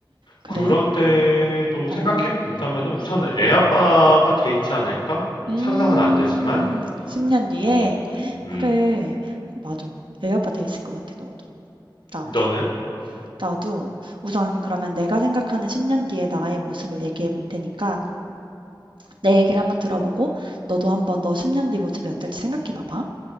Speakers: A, on the right; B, on the left.
A: 그래?
B: 그런데도 생각해
A: 어,
B: 본다면은 우선은 애 아빠가 돼 있지 않을까?
A: 음,
B: 상상은 안 되지만,
A: 10년 뒤에?
B: 어, 음,
A: 그래, 맞아. 애 아빠 돼 있을 것 같아, 너도. 나도.
B: 너는?
A: 나도 우선 그러면 내가 생각하는 10년 뒤의 나의 모습을 얘기해 볼 테니까 내 얘기를 한번 들어보고 너도 한번 너 10년 뒤 모습이 어떨지 생각해 봐봐.